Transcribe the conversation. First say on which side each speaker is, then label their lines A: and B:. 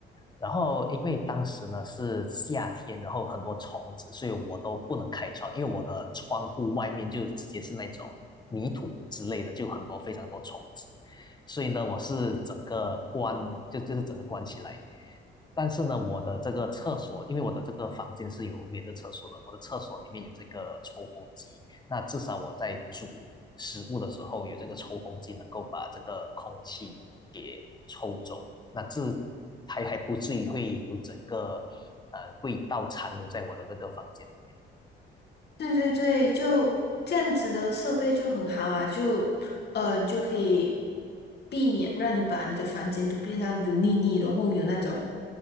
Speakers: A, on the left (about 20°); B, on the left (about 55°).
A: 然后因为当时呢是夏天，然后很多虫子，所以我都不能开窗，因为我的窗户外面就直接是那种泥土之类的，就很多非常多虫子，所以呢我是整个关就就是整个关起来。但是呢，我的这个厕所，因为我的这个房间是有连着厕所的，我的厕所里面有这个抽风机，那至少我在煮食物的时候有这个抽风机，能够把这个空气给抽走，那这还还不至于会有整个呃味道残留在我的这个房间里面
B: 对对对，就这样子的设备就很好啊，就呃，就可以避免让你把你的房间都变到油腻腻，然后有那种